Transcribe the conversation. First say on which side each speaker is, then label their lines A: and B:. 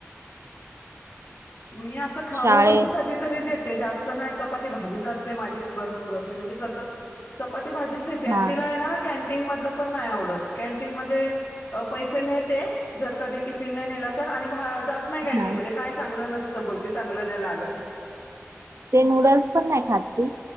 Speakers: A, on the left; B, on the right.
A: मी असं खाऊ
B: शाळे
A: म्हणजे कधीतरी देते जास्त नाही चपाती भाजीच असते माझी. भरपूर असे म्हणजे सतत चपाती भाजीच देते आणि
B: हा
A: तिला आहे ना. कॅन्टीन मधलं पण नाही आवडत कॅन्टीन मध्ये पैसे नेते जर कधी टिफिन नाही नेला तर आणि नाही कॅंटी
B: हा
A: मध्ये काय चांगलं नसतं बोलते चांगलं नाही लागत.
B: ते नूडल्स पण नाही खातती